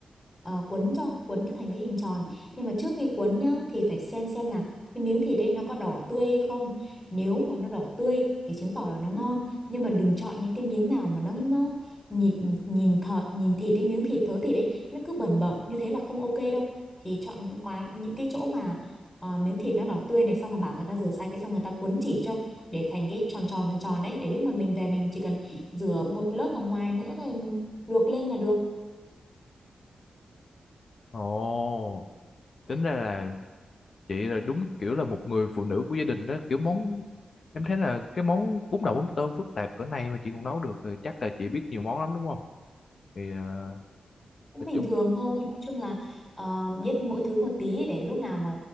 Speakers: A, on the left; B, on the left.
A: ờ, cuốn cho cuốn cái thành cái hình tròn nhưng mà trước khi cuốn nhá thì phải xem xem là cái miếng thịt ấy nó có đỏ tươi hay không nếu mà nó đỏ tươi thì chứng tỏ là nó ngon nhưng mà đừng chọn những cái miếng nào mà nó nó nhìn nhìn thợ nhìn thịt đấy miếng thịt thớ thịt đấy nó cứ bẩn bẩn như thế là không ok đâu thì chọn những quán những cái chỗ mà ờ, miếng thịt nó đỏ tươi này xong rồi bảo người ta rửa sạch cái xong người ta cuốn chỉ cho để thành cái tròn tròn tròn tròn đấy để lúc mà mình về mình chỉ cần rửa một lớp ở ngoài nữa rồi luộc lên là được
B: Ồ, tính ra là chị là đúng kiểu là một người phụ nữ của gia đình đó kiểu món em thấy là cái món bún đậu mắm tôm phức tạp cỡ này mà chị còn nấu được thì chắc là chị biết nhiều món lắm đúng không thì ờ,
A: cũng
B: nói
A: bình
B: chung
A: thường thôi nói chung là ờ, biết mỗi thứ một tí để lúc nào mà